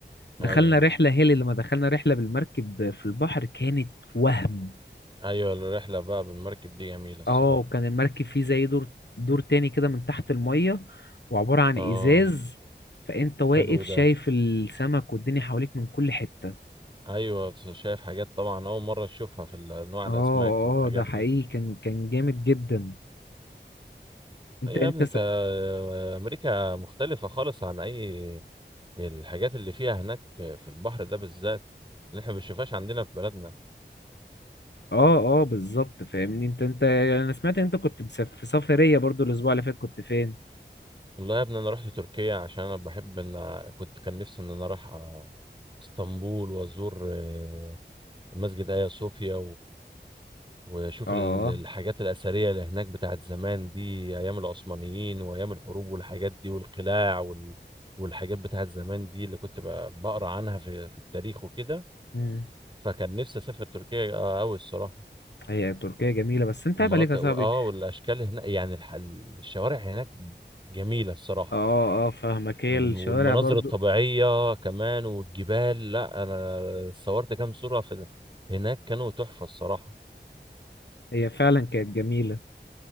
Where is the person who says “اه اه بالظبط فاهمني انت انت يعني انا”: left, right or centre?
Left